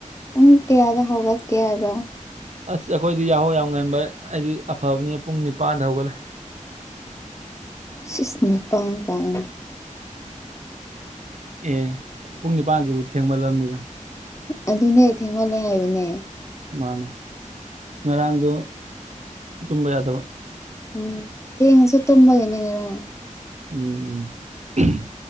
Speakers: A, on the left; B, on the right.
A: ꯄꯨꯡ ꯀꯌꯥꯗ ꯍꯧꯒꯠꯀꯦ ꯍꯥꯏꯕ
B: ꯑꯁ ꯑꯩꯈꯣꯏꯗꯤ ꯌꯥꯍꯧ ꯌꯥꯝ ꯉꯟꯕ ꯑꯩꯗꯤ ꯑꯐꯕꯅꯦ ꯄꯨꯡ ꯅꯤꯄꯥꯟꯗ ꯍꯧꯒꯠꯂꯦ
A: ꯁꯤꯁ ꯅꯤꯄꯥꯟ ꯇꯥꯔꯦꯅꯦ
B: ꯑꯦ ꯄꯨꯡ ꯅꯤꯄꯥꯟꯁꯤꯕꯨ ꯊꯦꯡꯃꯜꯂꯝꯅꯤꯗ
A: ꯑꯗꯨꯅꯦ ꯊꯦꯡꯃꯜꯂꯦ ꯍꯥꯏꯕꯅꯦ
B: ꯃꯥꯅꯦ ꯉꯔꯥꯡꯗꯣ ꯇꯨꯝꯕ ꯌꯥꯗꯕ
A: ꯎꯝ ꯊꯦꯡꯉꯁꯨ ꯇꯨꯝꯕꯒꯤꯅꯤ ꯉꯔꯥꯡ
B: ꯎꯝ ꯎꯝ ꯎꯝ